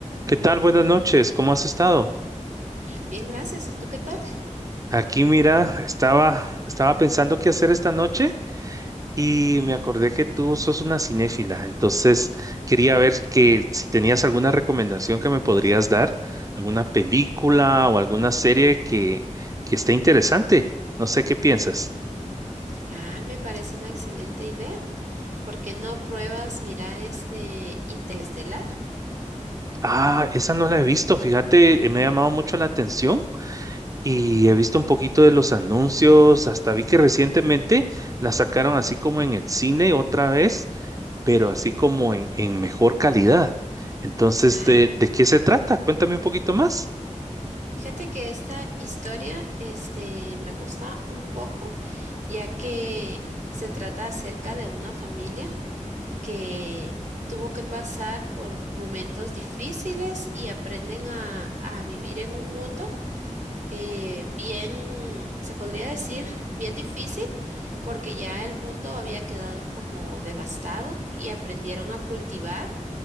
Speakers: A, on the right; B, on the right.
A: ¿Qué tal? Buenas noches. ¿Cómo has estado?
B: Bien, gracias. ¿Y tú qué tal?
A: Aquí, mira, estaba, estaba pensando qué hacer esta noche y me acordé que tú sos una cinéfila. Entonces, quería ver que si tenías alguna recomendación que me podrías dar, alguna película o alguna serie que, que esté interesante. No sé qué piensas.
B: Ah, me parece una excelente idea. ¿Por qué no pruebas mirar este Interestelar?
A: Ah, esa no la he visto. Fíjate, eh, me ha llamado mucho la atención. Y he visto un poquito de los anuncios, hasta vi que recientemente la sacaron así como en el cine otra vez, pero
B: Ujú.
A: así como en, en mejor calidad. Entonces,
B: Ah,
A: ¿de,
B: de
A: de
B: veras.
A: qué se trata? Cuéntame un poquito más.
B: Fíjate que esta historia, este, me gusta un poco, ya que se trata acerca de una familia que tuvo que pasar por momentos difíciles y aprenden a, a vivir en un mundo eh, bien, se podría decir, bien difícil, porque ya el mundo había quedado como devastado y aprendieron a cultivar